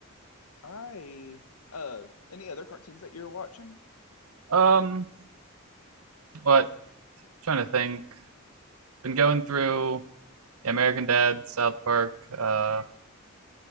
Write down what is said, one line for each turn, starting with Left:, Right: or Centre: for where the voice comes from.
Left: I uh any other cartoons that you were watching?
Right: um, what? I'm Trying to think. Been going through American Dad, South Park. Uh,